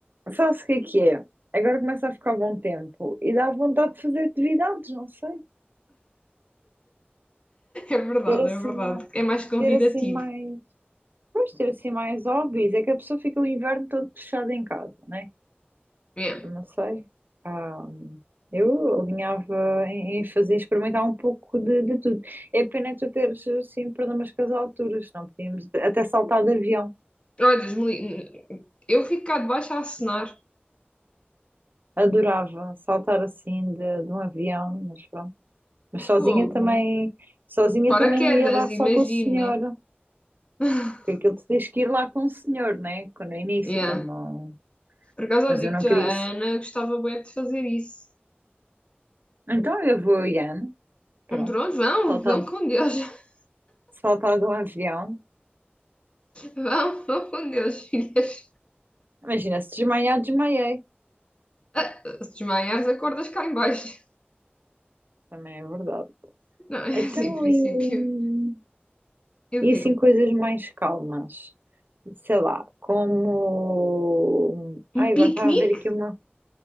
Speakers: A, on the right; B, on the left.
A: Sabe-se o que é que é? Agora começa a ficar bom tempo e dá vontade de fazer atividades, não sei.
B: É verdade,
A: Ter assim
B: é verdade.
A: mais,
B: É mais convidativo.
A: ter assim mais, pois, ter assim mais hobbies. É que a pessoa fica o inverno todo fechada em casa, né?
B: Yeah.
A: não sei. Ah, eu alinhava em, em fazer, experimentar um pouco de, de tudo. É pena tu teres, assim, problemas com as alturas, não podíamos até saltar de avião.
B: Olha, Deus me li- eu fico cá debaixo a acenar.
A: Adorava saltar assim de, de um avião, mas pronto. Mas sozinha
B: Fogo.
A: também, sozinha
B: Paraquedas,
A: também não ia lá só
B: imagino,
A: com o senhor,
B: né? <laughs>
A: porque aquilo tu tens que ir lá com o senhor, né? Quando no início,
B: Yeah.
A: quando não.
B: Por acaso, eu
A: Mas
B: digo
A: eu não
B: já,
A: queria
B: a
A: isso.
B: Ana gostava bem de fazer isso.
A: Então eu vou, Ian, pronto,
B: Pronto, vão,
A: saltar,
B: vão com Deus. <laughs>
A: saltar de um avião.
B: Vão, vão com Deus, <laughs> filhas.
A: Imagina, se desmaiar, desmaiei.
B: Ah, se desmaiares, acordas cá em baixo.
A: Também é verdade.
B: <laughs> Não, é
A: Então,
B: assim, em princípio.
A: e,
B: E o
A: e
B: quê?
A: assim, coisas mais calmas. Sei lá, como. Ai,
B: Um
A: agora
B: piquenique?
A: estava a ver aqui uma.